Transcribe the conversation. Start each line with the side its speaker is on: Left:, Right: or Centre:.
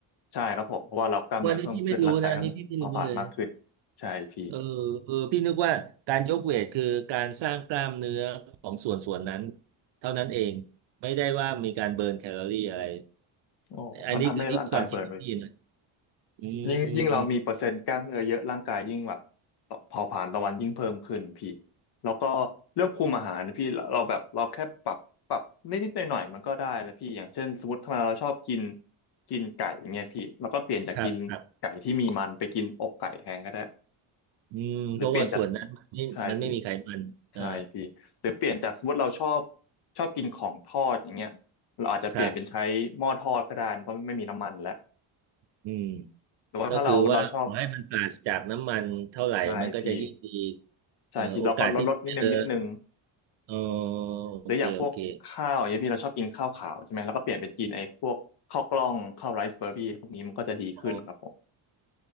Left: ใช่ครับผมเพราะว่าเรากล้ามเนื้อเพิ่มขึ้นร่างกายต้องเผาผลาญมากขึ้น
Right: วันนี้พี่ไม่รู้นะอันนี้พี่ไม่รู้เลย
Left: ใช่พี่
Right: เออเออพี่นึกว่าการยกเวทคือการสร้างกล้ามเนื้อของส่วนส่วนนั้นเท่านั้นเองไม่ได้ว่ามีการเบิร์นแคลอรี่อะไร
Left: โอ้มันทำให้ร่างกายเบิร์นไปพี่
Right: อันนี้คือที่ความคิดพี่นะอืมอืมอืม
Left: ยิ่งยิ่งเรามีเปอร์เซ็นต์กล้ามเนื้อเยอะร่างกายยิ่งแบบเผาผลาญต่อวันยิ่งเพิ่มขึ้นพี่แล้วก็เรื่องคุมอาหารพี่เราเราแบบเราแค่ปรับปรับนิดนิดหน่อยหน่อยมันก็ได้แล้วพี่อย่างเช่นสมมติทำไมเราชอบกินกินไก่อย่างเงี้ยพี่เราก็เปลี่ยนจากกินไก่ที่มีมันไปกินอกไก่แทนก็ได้
Right: ครับครับอืมเพราะว่าส่วนนั้นมันไม่มันไม่มีไขมันเออ
Left: หรือเปลี่ยนจากใช่พี่ ใช่พี่หรือเปลี่ยนจากสมมติเราชอบชอบกินของทอดอย่างเงี้ยเราอาจจะเปลี่ยนเป็นใช้หม้อทอดก็ได้มันก็ไม่มีน้ำมันแล้ว
Right: ครับอืม
Left: หรือว่าถ้าเราเราชอบ
Right: ก็คือว่าขอให้มันปราศจากน้ำมันเท่าไหร่มันก็จะยิ่งดี
Left: ใช่พี่ใช่พี่เราก็ลดลดนิดนึงนิดนึง
Right: เอ่อโอกาสที่จะเจอเออโอเคโอเค
Left: หรืออย่างพวกข้าวอย่างเงี้ยพี่เราชอบกินข้าวขาวใช่ไหมแล้วก็เปลี่ยนไปกินไอ้พวกข้าวกล้องข้าวไรซ์เบอร์รี่พวกนี้มันก็จะดีขึ้นครับผม
Right: อ๋อ